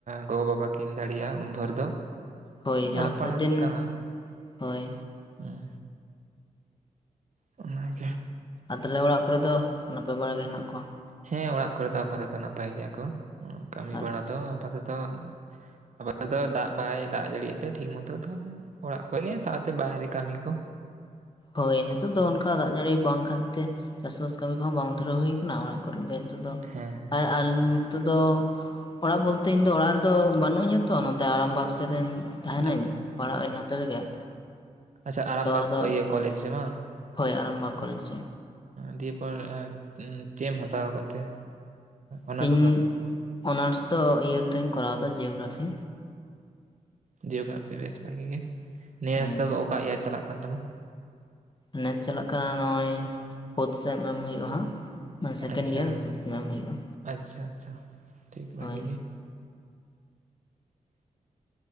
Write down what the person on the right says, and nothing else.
ᱜᱚᱜᱚ ᱵᱟᱵᱟ ᱠᱤᱱ ᱫᱟᱲᱮᱭᱟ ᱩᱱ ᱵᱷᱩᱨ ᱫᱚ
ᱚᱞᱚᱜ
ᱯᱟᱲᱦᱟᱜ
ᱫᱚ ᱠᱟᱱᱟ
ᱦᱩᱸ ᱚᱱᱟ ᱜᱮ
ᱦᱮᱸ ᱚᱲᱟᱜ ᱠᱚᱨᱮ ᱫᱚ ᱟᱯᱟᱛᱚᱛᱚ ᱱᱟᱯᱟᱭ ᱜᱮᱭᱟ ᱠᱚ ᱠᱟᱹᱢᱤ
ᱵᱟᱲᱟ ᱫᱚ ᱟᱯᱟᱛᱚᱛᱚ ᱟᱵᱟᱨ ᱫᱚ ᱫᱟᱜᱽ ᱵᱟᱭ ᱫᱟᱜᱽ ᱡᱟᱹᱲᱤ ᱭᱮ ᱛᱮ ᱴᱷᱤᱠ ᱢᱚᱛᱚ ᱛᱟᱦᱚᱞᱮ ᱚᱲᱟᱜ ᱠᱚᱨᱮ ᱜᱮ ᱥᱟᱶ ᱛᱮ ᱵᱟᱦᱨᱮ ᱠᱟᱹᱢᱤ ᱠᱚ
ᱦᱮᱸ ᱦᱮᱸ
ᱟᱪᱪᱷᱟ ᱟᱪᱪᱷᱟ ᱟᱪᱪᱷᱟ
ᱟᱪᱪᱷᱟ ᱟᱨᱟᱢᱵᱟᱜᱽ
ᱤᱭᱟᱹ ᱠᱚᱞᱮᱡᱽ ᱨᱮ ᱵᱟᱝ
ᱫᱤᱭᱮ ᱯᱚᱨ ᱪᱮ ᱮᱢ ᱦᱟᱛᱟᱣ ᱟᱠᱟᱫ ᱛᱮ? ᱚᱱᱟᱨᱥ
ᱫᱚ
ᱡᱤᱭᱳᱜᱨᱟᱯᱷᱤ ᱵᱮᱥ ᱵᱷᱟᱜᱤ ᱜᱮ ᱱᱮᱭᱟᱹᱥ
ᱫᱚ ᱚᱠᱟ ᱤᱭᱟᱨ ᱪᱟᱞᱟᱜ ᱠᱟᱱ ᱛᱟᱢᱟ?
ᱟᱪᱪᱷᱟ
ᱟᱪᱪᱷᱟ ᱟᱪᱪᱷᱟ ᱴᱷᱤᱠ ᱵᱷᱟᱜᱤ
ᱜᱮ